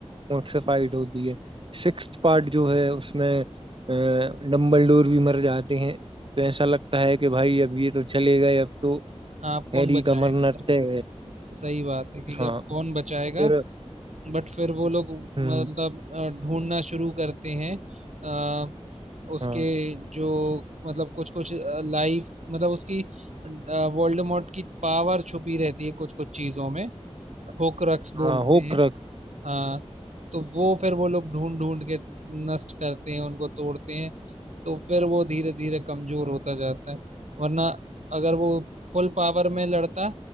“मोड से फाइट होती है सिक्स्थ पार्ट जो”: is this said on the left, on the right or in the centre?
Right